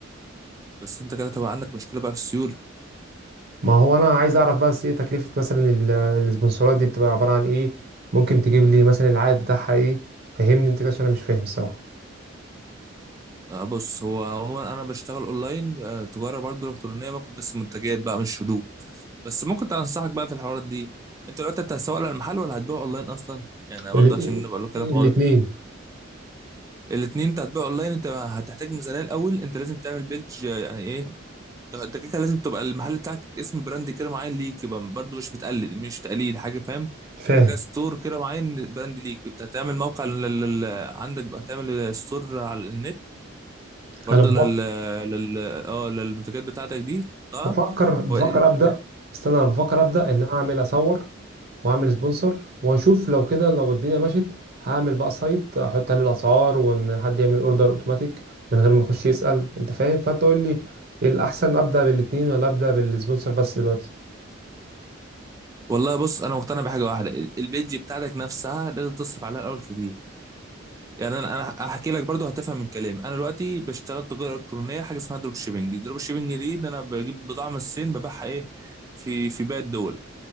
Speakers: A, on the right; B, on the right.
A: بس انت كده تبقى عندك مشكله بقى في السيوله
B: ما هو انا عايز اعرف بس ايه تكلفة مثلا ال- السبونسرات دي بتبقى عبارة عن ايه ممكن تجيب لي مثلا العائد بتاعها ايه فهمني انت كده عشان انا مش فاهم الصراحة
A: آه بص هو عموما انا بشتغل اونلاين آه تجاره برضه الكترونيه ممكن بس منتجات بقى مش حدود بس ممكن انصحك بقى في الحوارات دي انت دلوقتي انت هتسوق للمحل ولا هتبيع اونلاين اصلا يعني برضه
B: ال-
A: عشان نبقى له كلام
B: الاتنين
A: واضح الاثنين انت هتبيع اونلاين انت هتحتاج ميزانيه الاول انت لازم تعمل بيدج آه، يعني ايه انت كده كده لازم تبقى المحل بتاعك اسم براند كده معين ليك يبقى برضه مش متقلد مش تقليد حاجه فاهم
B: فاهم
A: يبقى حاجه ستور كده معين براند ليك انت هتعمل موقع لل... لل... عندك بقى تعمل ستور على النت برضه
B: انا بفكر
A: لل لل اه للمنتجات بتاعتك دي تحطها
B: بفكر بفكر
A: و...
B: ابدا استنى انا بفكر ابدا ان انا اعمل اصور واعمل سبونسر ونشوف لو كده لو الدنيا مشت هعمل بقى سايت احط عليه الاسعار وان حد يعمل اوردر اوتوماتيك من غير ما يخش يسأل انت فاهم فانت قول لي ايه الاحسن ابدا بالاتنين ولا ابدا بالسبونسر بس دلوقتي
A: والله بص انا مقتنع بحاجه واحده البيج بتاعتك نفسها لازم تصرف عليها الاول كتير يعني انا انا هحكي لك برضو هتفهم من كلامي انا دلوقتي بشتغل تجاره الكترونيه حاجه اسمها دروب شيبنج دروب شيبنج دي ان انا بجيب بضاعه من الصين ببيعها ايه في في باقي الدول